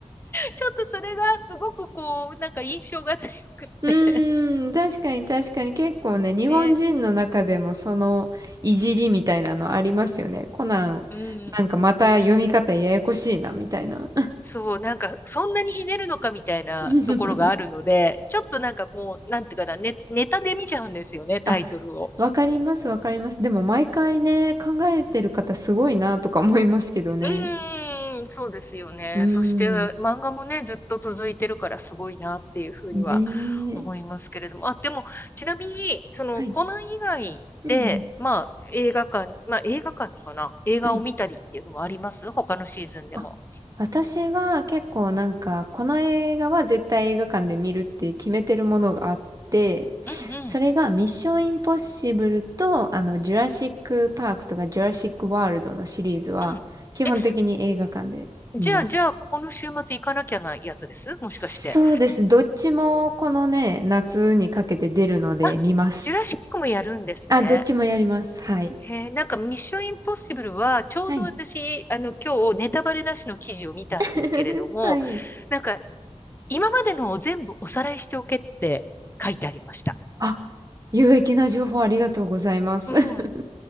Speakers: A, on the left; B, on the right.
A: ちょっとそれがすごくこう、なんか印象が強くって、
B: うーん、確かに確かに結構ね、日本人の中でもそのいじりみたいなのありますよね。
A: ね、
B: コナン、
A: うん。
B: なんかまた読み方ややこしいな、みたいな。
A: そう、なんか、そんなにひねるのかみたいなところがあるので、
B: <laughs>
A: ちょっとなんかこう、なんていうかな、ね、ネタで見ちゃうんですよね、タイトルを。
B: あわかります、わかります。でも毎回ね、考えてる方すごいなとか思いますけどね。
A: うん、うーん、そうですよね。
B: うー
A: そして、
B: ん。
A: 漫画もね、ずっと続いてるからすごいなっていうふうには
B: ね
A: 思いますけれども。
B: え。
A: あ、でも、ちなみに、その、
B: はい。
A: コナン以外で、
B: うんうん。
A: まあ、映画館、まあ、映画館かな映画を見たりっていうのもあります他のシーズンでも。
B: はい。あ、私は結構なんか、この映画は絶対映画館で見るって決めてるものがあって、
A: うん、うん、
B: それがミッションインポッシブルと、あの、ジュラシックパークとかジュラシックワールドのシリーズは、
A: うん。
B: 基本的に映画館で見ます。
A: え、じゃあ、じゃあ、この週末行かなきゃなやつですもしかして。
B: そうです。どっちもこのね、夏にかけて出るので見ます。
A: あ、ジュラシックもやるんですね。
B: あ、どっちもやります。はい。
A: へえ、なんかミッションインポッシブルは、ちょうど私、
B: はい。
A: あの、今日ネタバレなしの記事を見たんですけれども、
B: <laughs> はい。
A: なんか、今までのを全部おさらいしておけって書いてありました。
B: あ、有益な情報ありがとうございます。
A: うん。
B: <laughs>